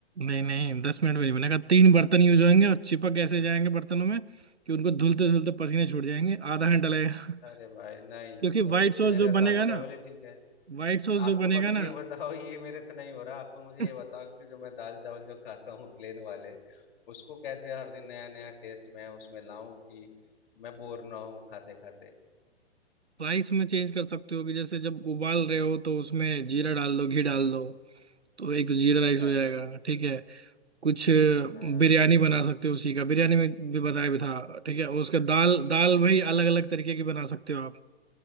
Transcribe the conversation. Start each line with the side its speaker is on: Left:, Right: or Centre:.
Right: नहीं नहीं दस मिनट में नहीं बनेगा तीन बर्तन यूज होंगे और चिपक ऐसे जाएंगे बर्तनों में कि उनको धुलते धुलते पसीने छूट जाएंगे आधा घंटा लगेगा
Left: अरे भाई नहीं
Right: क्योंकि व्हाइट
Left: तो
Right: सॉस
Left: मेरा
Right: जो बनेगा
Left: दाल चावल
Right: ना
Left: ही ठीक है
Right: व्हाइट सॉस
Left: आप
Right: जो
Left: तो
Right: बनेगा
Left: बस ये
Right: ना
Left: बताओ ये मेरे से नहीं हो रहा आप तो मुझे
Right: <laughs>
Left: ये बताओ कि जो मैं दाल चावल जो खाता हूँ प्लेन वाले उसको कैसे हर दिन नया नया टेस्ट मैं उसमें लाऊं कि मैं बोर ना हूँ खाते खाते
Right: राइस में चेंज कर सकते हो कि जैसे जब उबाल रहे हो तो उसमें जीरा डाल दो घी डाल दो तो एक तो जीरा
Left: अच्छा
Right: राइस हो जाएगा ठीक है कुछ
Left: हाँ,
Right: बिरयानी बना सकते हो उसी का बिरयानी में भी बताया भी था ठीक है और उसका दाल दाल भाई अलग अलग तरीके की बना सकते हो